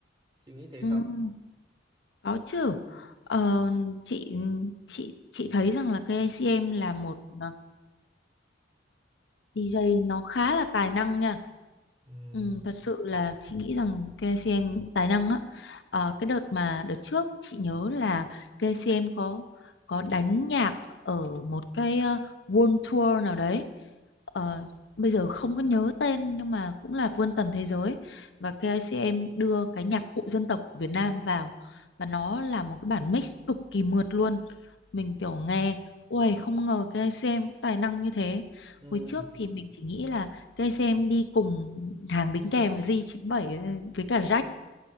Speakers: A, on the right (about 20°); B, on the left (about 65°).
A: Chị nghĩ thế
B: Ừ,
A: không?
B: Có chứ. Ờ, chị chị chị thấy rằng là KCM là một ờ, DJ nó khá là tài năng nha.
A: Ừm,
B: Ừ, thật sự là chị nghĩ rằng KCM tài năng á. Ờ, cái đợt mà đợt trước chị nhớ là KCM có có đánh nhạc ở một cái ờ, World Tour nào đấy. Ờ, bây giờ không có nhớ tên nhưng mà cũng là vươn tầm thế giới và KCM đưa cái nhạc cụ dân tộc của Việt Nam vào và nó là một cái bản mix cực kỳ mượt luôn. Mình kiểu nghe, ui không ngờ KCM tài năng như thế.
A: ừm,
B: Hồi trước thì mình chỉ nghĩ là cây sen đi cùng hàng đính kèm với gi chín bảy ờ, với cả Jack